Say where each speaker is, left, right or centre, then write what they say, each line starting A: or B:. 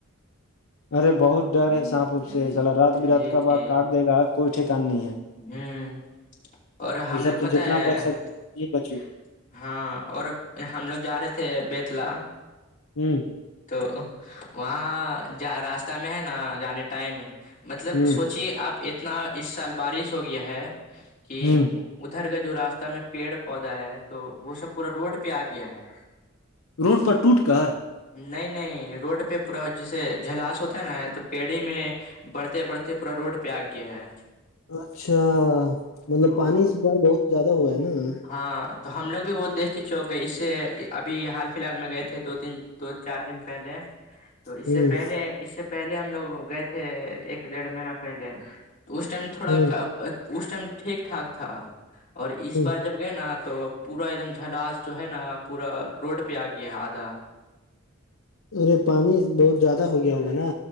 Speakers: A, on the left; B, on the left.
A: ارے بہت ڈر ہے سانپ اونپ سے چلا رات ب رات
B: جی
A: کا باغ
B: جی
A: کاٹ دے گا کوئی ٹھکان نہیں ہے <unintelligible>
B: ہوں اور ہم
A: یہ سب
B: لوگ
A: سے
B: پتہ
A: جتنا
B: ہے
A: بچ
B: <unintelligible>
A: سکتے ہیں، یہ بچو
B: ہاں اور ہم لوگ جا رہے تھے بیتلا
A: ہ <unintelligible>
B: تو وہاں ج راستہ میں ہے نا جانے ٹائم میں مطلب
A: ہوں
B: سوچیے آپ اتنا اس سال بارش ہو گیا ہے کہ
A: ہوں
B: ادھر کا جو راستہ میں پیڑ پودا ہے تو وہ سب پورا روڈ پہ آ گیا ہے
A: روڈ پر ٹوٹ کر
B: نہیں نہیں روڈ پہ پورا جیسے جلاس ہوتا ہے نا تو پیڑھی میں بڑھتے بڑھتے پورا روڈ پہ آ گیا ہے
A: اچھا مطلب
B: تو
A: پانی سے ب بہت زیادہ ہوا ہے نا <unintelligible>
B: ہاں تو ہم لوگ بھی وہ دیکھ کے چوک گئے اس سے ابھی حال فی الحال میں گئے تھے دو تین دو چار دن پہلے تو اس
A: ہوں
B: سے پہلے اس سے پہلے ہم لوگ گئے تھے ایک ڈیڑھ مہینہ پہلے تو اس ٹائم تھوڑا
A: ہوں
B: اس ٹائم ٹھیک ٹھاک تھا اور اس
A: ہ
B: بار جب گئے نا تو پورا ایک دم جھلاس جو ہے نا پورا روڈ پہ آ گیا ہے آدھا
A: ارے پانی بہت زیادہ ہو گیا ہوگا نا